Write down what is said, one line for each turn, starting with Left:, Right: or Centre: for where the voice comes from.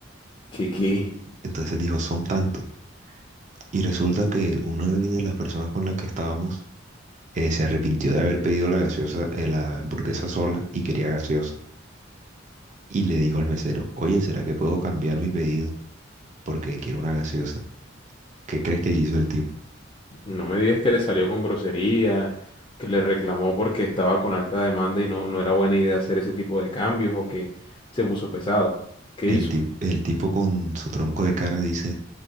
Left: ¿Qué, qué?
Right: Entonces dijo, son tantos. Y resulta que una de las personas con las que estábamos eh, se arrepintió de haber pedido la gaseosa, eh, la hamburguesa sola y quería gaseosa. Y le dijo al mesero, oye, ¿será que puedo cambiar mi pedido? Porque quiero una gaseosa. ¿Qué crees que hizo el tipo?
Left: No me digas que le salió con grosería, que le reclamó porque estaba con alta demanda y no, no era buena idea hacer ese tipo de cambios o que se puso pesado. ¿Qué
Right: El
Left: hizo?
Right: tip- el tipo con su tronco de cara dice,